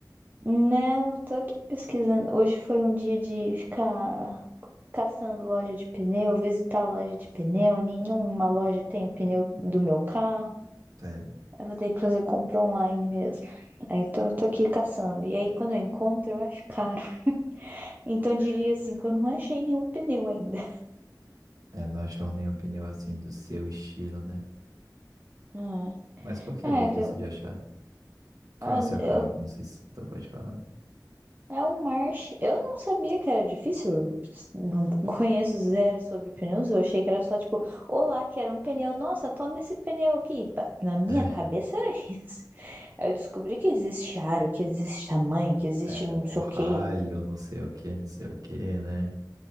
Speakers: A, on the right; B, on the right.
A: Não, eu tô aqui pesquisando. Hoje foi um dia de ficar caçando loja de pneu, visitar loja de pneu. Nenhuma loja tem o pneu do meu carro.
B: É,
A: Eu vou ter que fazer compra online mesmo. Aí tô, tô aqui caçando. E aí, quando eu encontro, eu acho caro. Então, eu diria assim, que eu não achei nenhum pneu ainda.
B: é, não achou nenhum pneu assim do seu estilo, né?
A: Hum.
B: Mas por que
A: É,
B: é difícil
A: que eu,
B: de achar? Qual
A: ah,
B: é o seu
A: eu
B: carro? Não sei se tu pode falar.
A: É um marche. Eu não sabia que era difícil. Eu não <laughs> conheço zero sobre pneus. Eu achei que era só tipo, olá, quero um pneu. Nossa, toma esse pneu aqui. Pa- Na minha
B: É,
A: cabeça era <laughs> isso. Aí Eu descobri que existe aro, que existe tamanho, que existe
B: é
A: não sei
B: o raio,
A: o quê.
B: não sei o que, não sei o que, né?